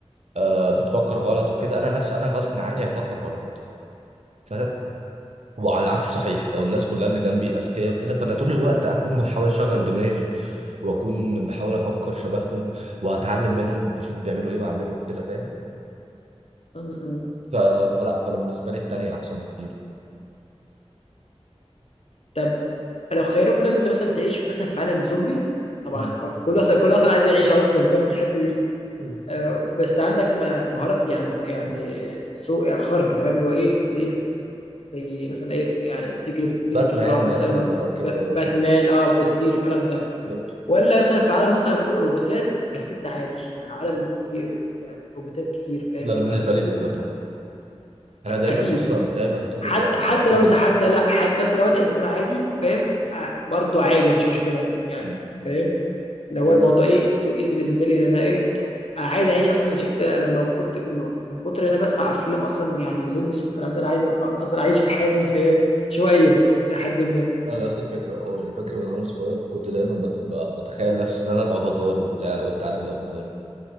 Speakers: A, on the right; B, on the left.
A: آه بتفكر غلط وكده انا نفسي انا غصب عني هفكر غلط فاهم؟ وعلى العكس صحيح لو الناس كلها اللي جنبي اذكياء وكده فانا طول الوقت اكون بحاول اشغل دماغي واكون بحاول افكر شبههم وهتعلم منهم بشوف بيعملوا ايه واعمله كده فاهم
B: م- م.
A: ف... فلا فانا بالنسبه لي التانية احسن بكتير
B: طب لو خيروك انت مثلا تعيش مثلا في عالم زومبي طبعا
A: مم.
B: أو كل اصلا كل اصلا عايز يعيش اصلا فاهم الحته دي
A: مم.
B: آه، بس عندك م- مهارات يعني يعني سوء خارقه فاهم اللي هو ايه مثلا ايه زي مثلا ايه يعني بتجري بتجري
A: باتمان
B: بسرعه مثلا
A: مثلا
B: بت...
A: او كده
B: ب- باتمان
A: او
B: اه بتطير الكلام ده
A: لا
B: ولا مثلا في عالم مثلا روبوتات بس انت عادي يعني عالم في... في يعني روبوتات كتير فاهم
A: انا
B: والكلام
A: بالنسبه
B: ده
A: لي
B: بس
A: الاولى
B: انت
A: طبعا انا
B: اكيد
A: دايما اصلا دايما طول
B: حتى
A: الوقت
B: حتى
A: يعني فاكر
B: لو إذا حتى لا حتى اصلا لو انا انسان عادي فاهم آه، برضو عادي مفيش مشكله يعني
A: مم.
B: فاهم لو هو
A: مم.
B: الموضوع ايه سو ايزي بالنسبه لي لان انا ايه انا عايز اعيش اصلا شفت لما كنت من كتر ان انا بسمع افلام اصلا يعني زومبيس والكلام ده انا عايز اصلا اعيش الحياه دي فاهم شويه الى حد ما
A: انا نفس الفكره اه انا فاكر وانا صغير كنت دايما بت... بتخيل نفسي ان انا الافاتار وبتاع لو انت عارف الافاتار